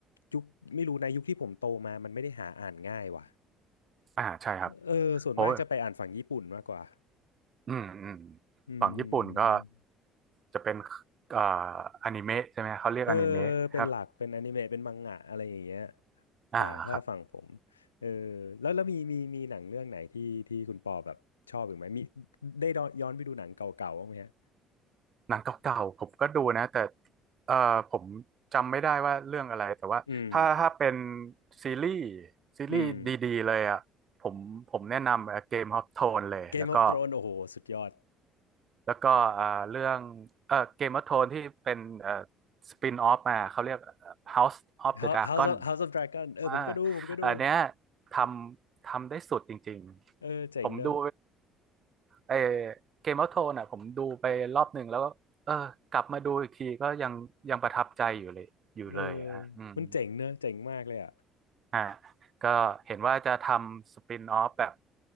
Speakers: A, on the left; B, on the right.
A: ยุคไม่รู้ในะยุคที่ผมโตมามันไม่ได้หาอ่านง่ายว่ะ
B: อ่าใช่ครับ
A: เออส่วนมากจะไปอ่านฝั่งญี่ปุ่นมากกว่า
B: โอ้ยอืมอืม
A: อื
B: ฝั่งญี่ปุ่นก็
A: ม
B: จะเป็นเอ่ออนิเมะใช่ไหมเขาเรียกอนิเมะครับ
A: เออเป็นหลักเป็นอนิเมะเป็นมังงะอะไรอย่างเงี้ย
B: อ่าครับ
A: สายถ้าฝั่งผมเออแล้วแล้วมีมีมีหนังเรื่องไหนที่ที่คุณปอแบบชอบอีกไหมมีได้ย้อนย้อนไปดูหนังเก่าๆบ้างไหมฮะ
B: หนังเก่าๆผมก็ดูนะแต่เอ่อผมจำไม่ได้ว่าเรื่องอะไรแต่ว่าถ้าถ้าเป็น
A: อืม
B: ซีรีส์ซีรีส์ดีๆเลยอ่ะผมผมแนะนำเกมฮอ
A: อืม
B: t โทนเลยแล้วก็
A: Game of Thrones โอ้โหสุดยอด
B: แล้วก็เอ่อเรื่องเอ่อเกมฮอ t โทนที่เป็นเอ่อสปินออฟมาเขาเรียก House of
A: h
B: the
A: o u
B: Dragon
A: s House of House of Dragon เออผมก็ดูผมก็ดู
B: อ่าอันเนี้ยทำทำได้สุดจริงๆผมดู
A: เออเจ๋งเนอะ
B: ไอเกมออฟโทนอ่ะผมดูไปรอบหนึ่งแล้วก็เออกลับมาดูอีกทีก็ยังยังประทับใจอยู่เลยอยู่เลยอะฮะอืม
A: เออมันเจ๋งเนอะเจ๋งมากเลยอ่ะ
B: อ่าก็เห็นว่าจะทำสปินออฟแบบ